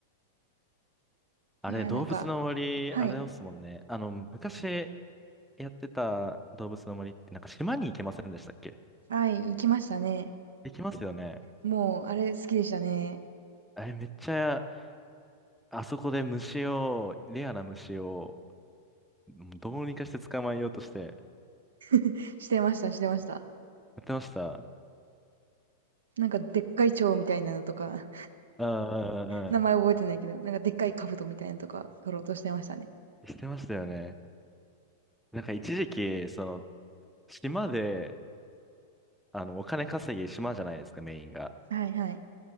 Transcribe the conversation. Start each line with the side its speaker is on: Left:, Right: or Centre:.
Centre: あれ、
Right: いやー、
Centre: 動物の森、
Right: なんか、はい、
Centre: あれですもんね。あの、昔、やってた動物の森ってなんか島に行けませんでしたっけ
Right: はい、行きましたね。
Centre: 行きますよね。
Right: もう、あれ好きでしたね。
Centre: あれめっちゃ、あそこで虫を、レアな虫を、もうどうにかして捕まえようとして、や
Right: <laughs> してました、してました。
Centre: ってました。
Right: なんか、でっかい蝶みたいなのとか。
Centre: うんうんうんうん。
Right: 名前覚えてないけど、なんかでっかい兜みたいなのとか取ろうとしてましたね。
Centre: してましたよね。なんか一時期、その、島で、あの、お金稼ぎ島じゃないですか、メインが。
Right: はいはい。